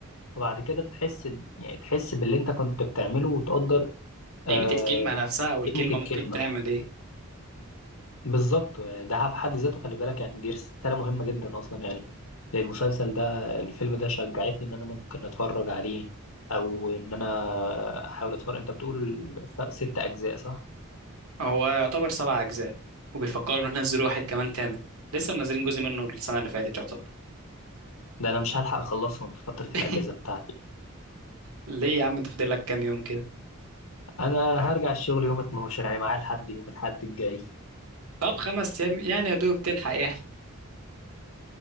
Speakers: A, on the left; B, on the right.
A: فبعد كده تحس ب- يعني تحس باللي انت كنت بتعمله وتقدر
B: قيمة
A: آه،
B: الكلمة نفسها والكلمة
A: قيمة الكلمة
B: ممكن تعمل إيه
A: بالظبط ده في حد ذاته خلي بالك يعني دي رسالة مهمة جدا أصلا يعني المسلسل ده الفيلم ده شجعتني إن أنا ممكن أتفرج عليه أو إن أنا أحاول أتفرج أنت بتقول س- ست أجزاء صح؟
B: هو يعتبر سبع أجزاء وبيفكروا إن احنا ننزلوا واحد كمان تامن لسه منزلين جزء منه السنة اللي فاتت يعتبر
A: ده أنا مش هلحق أخلصهم في فترة الأجازة
B: <laughs>
A: بتاعتي
B: ليه يا عم انت فاضل لك كام يوم كده
A: أنا هرجع الشغل يوم 12 يعني معايا لحد يوم الأحد الجاي
B: طب خمس أيام يعني يا دوب تلحق يعني